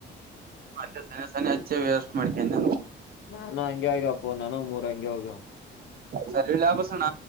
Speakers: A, on the right; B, on the left.
A: ಸನನೆ ಸನಿ ಹಚ್ಚೆ ವೇವಸ್ಟ್ ಮಾಡ್ಿಕಿು
B: ನಾನು ಹಂಗೆ ಆಗಪ್ಪೋ ನಾನ ಮೂರಂಗೆ ಹೋಗ
A: ಸರಿ ಲಾಭಸಣ್ಣ